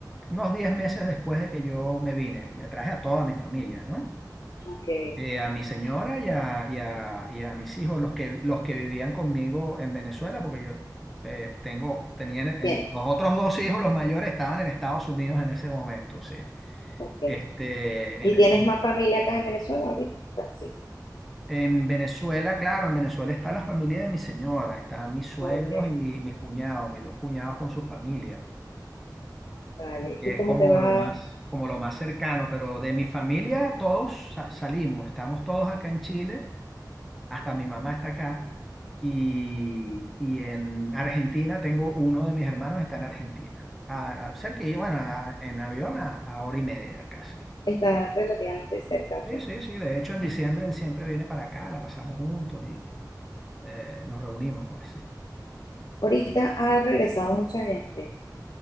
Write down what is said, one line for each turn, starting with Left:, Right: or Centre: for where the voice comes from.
Centre: unos 10 meses después de que yo me vine. Me traje a toda mi familia, ¿no?
Left: Ok.
Centre: Eh, a mi señora y a, y a, y a mis hijos, los que, los que vivían conmigo en Venezuela, porque yo eh, tengo, tenía en- en-
Left: Bien.
Centre: los otros dos hijos, los mayores, estaban en Estados Unidos en ese momento, sí.
Left: Ok.
Centre: Este,
Left: ¿Y
Centre: en el
Left: tienes más familia acá en Venezuela ahorita? Sí.
Centre: En Venezuela, claro, en Venezuela está la familia de mi señora, están mis suegros
Left: Ok,
Centre: y mis cuñados, mis dos cuñados con su familia,
Left: vale.
Centre: que
Left: ¿Y
Centre: es
Left: cómo
Centre: como
Left: te va?
Centre: lo más, como lo más cercano, pero de mi familia todos sa- salimos, estamos todos acá en Chile, hasta mi mamá está acá, y, y en Argentina tengo uno de mis hermanos está en Argentina, a, a- cerca, y bueno, a- en avión a, a hora y media casi.
Left: Está relativamente cerca,
Centre: Sí,
Left: pues.
Centre: sí, sí, sí, de hecho en diciembre él siempre viene para acá, la pasamos juntos y eh, nos reunimos, pues sí.
Left: Ahorita ha regresado mucha gente.